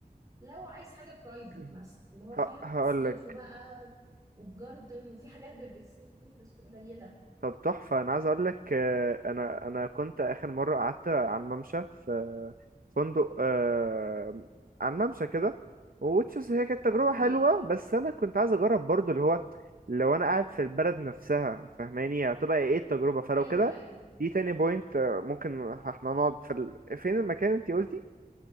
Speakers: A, on the right (about 20°); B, on the right (about 65°).
A: لو عايز حاجة برايفت
B: <clears throat>
A: مثلا اللي هو
B: ه-
A: فاهم
B: هقول
A: استوديو
B: لك
A: بقى وبجاردن وفي حاجات ببسين بس قليلة
B: طب تحفة أنا عايز أقول لك آه، أنا أنا كنت آخر مرة قعدت على الممشى في فندق آه، على الممشى كده وتشوز هي كانت تجربة
A: اوكي
B: حلوة بس أنا كنت عايز أجرب برضو اللي هو لو أنا قاعد في البلد نفسها فاهماني هتبقى إيه التجربة فلو
A: ايوه
B: كده
A: ايوه
B: دي تاني بوينت آه، ممكن احنا نقعد في ال... فين المكان أنتي قلتي؟